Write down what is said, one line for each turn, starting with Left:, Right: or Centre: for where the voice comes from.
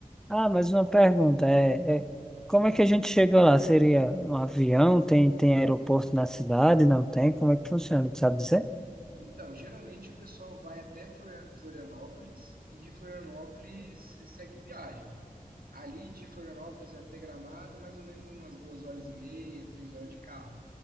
Centre: Ah, mas uma pergunta, é, é, como é que a gente chega lá? Seria um avião? Tem, tem aeroporto na cidade? Não tem? Como é que funciona? Tu sabe dizer?
Right: Então, geralmente o pessoal vai até Flor- Florianópolis e de Florianópolis segue viagem. Ali de Florianópolis até Gramado, mais ou menos umas duas horas e meia, três horas de carro.